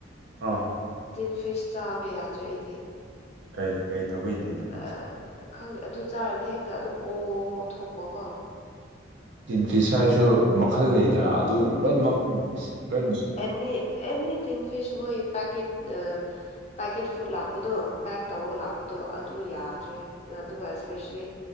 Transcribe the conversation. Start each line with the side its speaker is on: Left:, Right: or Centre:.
Right: ꯑꯥ
Left: ꯇꯤꯟ ꯐꯤꯁ ꯆꯥꯕ ꯌꯥꯗ꯭ꯔꯦ ꯑꯩꯗꯤ
Right: ꯀꯩ ꯀꯔꯤ ꯇꯧꯕꯩ ꯇꯤꯟ ꯄꯁ
Left: ꯑꯥ ꯈꯪꯗꯦ ꯑꯗꯨ ꯆꯥꯔꯗꯤ ꯍꯦꯛꯇ ꯑꯗꯨꯝ ꯑꯣ ꯊꯣꯛꯄꯀꯣ
Right: ꯇꯤꯟ ꯐꯤꯁ ꯍꯥꯏꯔꯁꯨ ꯃꯈꯜ ꯂꯩꯗꯅ ꯑꯗꯨ ꯂꯣꯏꯅꯃꯛ ꯇꯤꯟꯐꯤꯁ ꯂꯣꯏꯅꯃꯛ
Left: ꯅꯤ ꯑꯦꯅꯤ ꯇꯤꯟ ꯐꯤꯁ ꯃꯣꯏ ꯄꯦꯛꯀꯦꯠ ꯑ ꯄꯦꯛꯀꯦꯠ ꯐꯨꯗ ꯂꯥꯛꯄꯗꯣ ꯄꯦꯛ ꯇꯧꯔꯒ ꯂꯥꯛꯄꯗꯣ ꯑꯗꯨ ꯌꯥꯗ꯭ꯔꯦ ꯑꯗꯨꯒ ꯏꯁꯄꯦꯁꯂꯤ